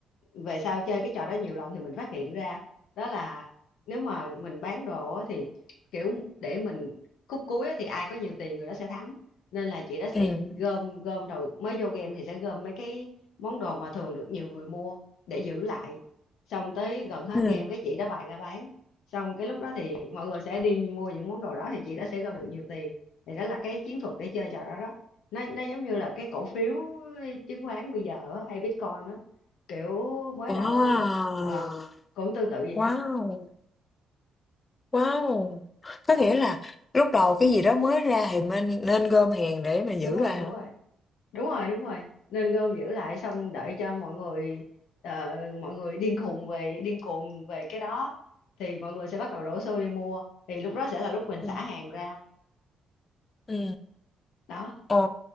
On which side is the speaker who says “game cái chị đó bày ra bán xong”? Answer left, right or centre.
Left